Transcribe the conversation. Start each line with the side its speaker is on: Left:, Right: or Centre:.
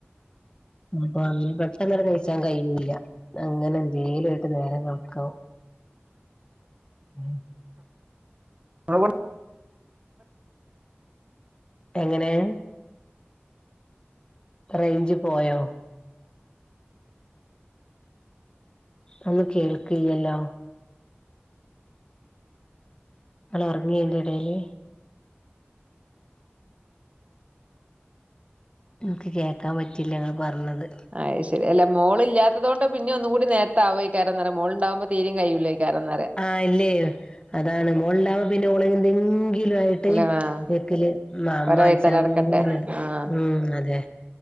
Left: അപ്പൊ അങ്ങനെ പെട്ടന്ന കൈച്ചാൻ കഴിയൂല്ല അങ്ങനെ എന്തേലും ആയിട്ട് നേരെ കണക്കാവും ഉം
Right: <unintelligible>
Left: എങ്ങനെയ റേഞ്ച് പോയോ ഒന്നു കേൾക്കില്ലല്ലോ ങ്ങളെ ഉറങ്ങിയ അതിൻ്റെ ടയില് എനിക്ക് കേൾക്കാൻ പറ്റിയില്ല ആ പറഞ്ഞത്
Right: അ് ശരി' അല്ലോ മോളില്ലാത്തത കൊണ്ട് പിന്നെ ഒന്ന കൂടി നേരത്തെ ആവോ കാരംന്ന പറിയമോള് ഉണ്ടാവുമ്പോ തീും കഴൂല്ല കാരിന്നപറയ
Left: ആഹ് ഇല്ലേ അതാണ് മോളണ്ടവാ പിന്നെ മുള എന്തെങ്കിലും ആയിട്ട്
Right: ഇല്ല ആഹ്
Left: വെക്കല് മ്മമ്മ
Right: ഒരായി
Left: വിളിച്ച്
Right: തല
Left: ങ്ങവരും
Right: അടക്കണ്ടേ ആഹ്
Left: ഉം അതന്നെ